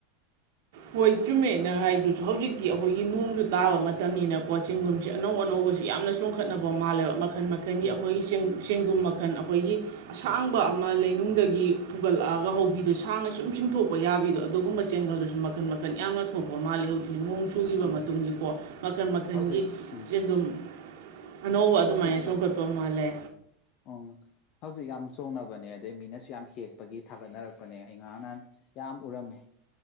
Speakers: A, on the right; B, on the left.
A: ꯍꯣꯏ ꯆꯨꯝꯃꯦ ꯅꯥꯪꯅ ꯍꯥꯏꯗꯨꯁꯨ ꯍꯧꯖꯤꯛ ꯑꯩꯈꯣꯏꯒꯤ ꯅꯣꯡꯁꯨ ꯇꯥꯕ ꯃꯇꯝꯅꯤꯅꯀꯣ ꯆꯤꯡꯒꯨꯝꯁ ꯑꯅꯧ ꯑꯅꯧꯕꯁꯤ ꯌꯥꯝꯅ ꯆꯣꯡꯈꯠꯅꯕ ꯃꯥꯜꯂꯦꯕ ꯃꯈꯜ ꯃꯈꯜꯒꯤ
B: ꯎꯝ
A: ꯑꯩꯈꯣꯏꯒꯤ ꯆꯦꯡ ꯆꯦꯡꯒꯨꯝꯕ ꯃꯈꯟ ꯑꯩꯈꯣꯏꯒꯤ ꯑꯁꯥꯡꯕ ꯑꯃ ꯂꯩꯅꯨꯡꯗꯒꯤ ꯐꯨꯒꯠꯂꯛꯑꯒ ꯍꯧꯕꯤꯗꯣ ꯁꯥꯡꯅ ꯁꯨꯝ ꯆꯤꯡꯊꯣꯛꯄ ꯌꯥꯕꯤꯗꯣ ꯑꯗꯨꯒꯨꯝꯕ ꯆꯦꯡꯒꯜꯗꯨꯁꯨ ꯃꯈꯟ ꯃꯈꯟ ꯌꯥꯝꯅ ꯊꯣꯛꯄꯥ ꯃꯥꯜꯂꯤ ꯍꯧꯖꯤꯛ ꯅꯣꯡꯁꯨ ꯁꯨꯈꯤꯕ
B: ꯎꯝ
A: ꯃꯇꯨꯡꯒꯤꯀꯣ ꯃꯈꯟ ꯃꯈꯜꯒꯤ
B: ꯍꯧꯖꯤꯛ ꯎꯝ
A: ꯆꯦꯡꯒꯨꯝ ꯑꯅꯧꯕ ꯑꯗꯨꯃꯥꯏꯅ
B: ꯍꯧꯖꯤꯛ
A: ꯆꯣꯡꯈꯠꯄ ꯃꯥꯜꯂꯦ
B: ꯎꯝ ꯍꯧꯖꯤꯛ ꯌꯥꯝ ꯆꯣꯡꯅꯕꯅꯦ ꯑꯗꯩ ꯃꯤꯅꯁꯨ ꯌꯥꯝ ꯍꯦꯛꯄꯒꯤ ꯊꯥꯒꯠꯅꯔꯛꯄꯅꯦ ꯑꯩ ꯉꯔꯥꯡ ꯅꯍꯥꯟ ꯌꯥꯝ ꯎꯔꯝꯃꯦ